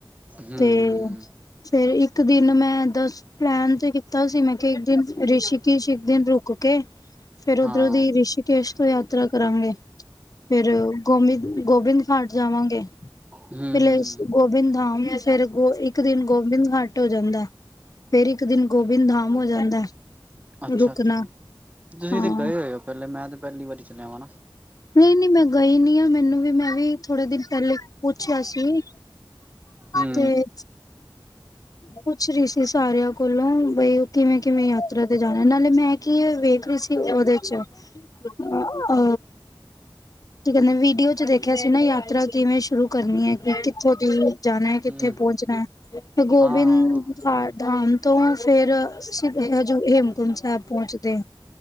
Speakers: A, on the right (about 15°); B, on the left (about 45°).
A: ਹੂੰ
B: ਤੇ
A: ਹੂੰ ਹੂੰ
B: ਫੇਰ ਇੱਕ ਦਿਨ ਮੈ ਦਸ, ਪਲੈਨ ਤੇ ਕੀਤਾ ਸੀ ਮੈਂ ਕੇ ਇੱਕ ਦਿਨ ਰਿਸ਼ਿਕਸ਼ ਇੱਕ ਦਿਨ ਰੁਕ ਕੇ ਫੇਰ ਓਧਰੋਂ
A: ਹਾਂ
B: ਦੀ ਰਿਸ਼ੀਕੇਸ਼ ਤੋਂ ਯਾਤਰਾ ਕਰਾਗੇ ਫੇਰ, ਗੋਸਿੰਦ, ਗੋਬਿੰਦ ਘਾਟ ਜਾਵਾਗੇ,
A: ਹੂੰ
B: ਫਿਰ ਲੇਸ
A: ਹੂੰ
B: ਗੋਬਿੰਦ ਧਾਮ ਯਾਂ ਫੇਰ ਗੋ ਇੱਕ ਦਿਨ ਗੋਬਿੰਦ ਘਾਟ ਹੋ ਜਾਂਦਾ ਫੇਰ ਇੱਕ ਦਿਨ ਗੋਬਿੰਦ ਧਾਮ ਹੋ ਜਾਂਦਾ।
A: ਅੱਛਾ-ਅੱਛਾ,
B: ਰੁਕਣਾ
A: ਤੁਸੀਂ
B: ਹਾਂ
A: ਤੇ ਗਏ ਹੋਏ ਅੋ ਪੈਲੇ, ਮੈਂ ਤੇ ਪੈਲੀ ਵਾਲੀ ਚਲਾ ਵਾਂ ਨਾ
B: ਨਈ-ਨਈ ਮੈਂ ਗਈ ਨੀ ਆ, ਮੈਨੂੰ ਵੀ ਮੈਂ ਵੀ ਥੋੜੇ ਦਿਨ ਪੈਲੇ ਪੁੱਛੇਆ ਸੀ।
A: ਹੂੰ
B: ਤੇ ਪੁੱਛ ਰੀ ਸੀ ਸਾਰੇਆ ਕੋਲੋ ਬਈ ਕਿਵੇ-ਕਿਵੇ ਯਾਤਰਾ ਤੇ ਜਾਣਾ, ਨਾਲੇ ਮੈਂ ਕੀ ਵੇਖ ਰਈ ਸੀ, ਓਦੇ ਚ ਅ, ਕਿ ਕੈੰਦੇ, ਵੀਡੀਓ ਚ ਦੇਖੇਆ ਸੀ ਨਾ ਯਾਤਰਾ ਕਿਵੇਂ ਸ਼ੁਰੂ ਕਰਨੀ ਐ, ਕਿੱਥੋਂ ਦੀ ਜਾਣਾ, ਕਿੱਥੇ
A: ਹੂੰ
B: ਪੋਚਣੈ, ਫੇ ਗੋਬਿੰਦ
A: ਹਾਂ ਹਾਂ।
B: ਘਾਡ ਡਾਮ ਤੋਂ ਆ, ਫੇਰ ਸ਼ਿਵਪੋਲੇ ਜ ਹੇਮਕੁੰਡ ਸੈਬ ਪੋਚਦੇ